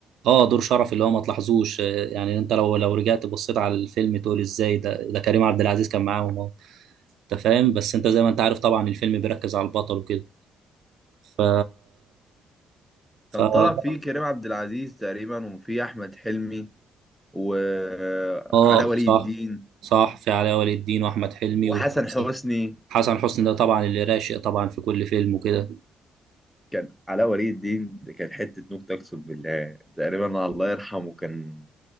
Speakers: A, on the right; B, in the centre.
A: اه دور شرف اللي هو ما تلاحظوش آه، يعني انت لو لو رجعت بصيت على الفيلم تقول ازاي ده ده كريم عبد العزيز كان معاهم اهو انت فاهم بس انت زي ما انت عارف طبعا الفيلم بيركز على البطل وكده ف
B: كان
A: ف
B: طالع فيه كريم عبد العزيز تقريبا وفيه احمد حلمي وعلاء
A: اه
B: ولي
A: صح
B: الدين
A: صح في علاء ولي الدين واحمد حلمي
B: وحسن
A: وحسن
B: حسني
A: حسني ده طبعا اللي راشق طبعا في كل فيلم وكده
B: كان علاء ولي الدين ده كان حته نكته اقسم بالله تقريبا الله يرحمه كان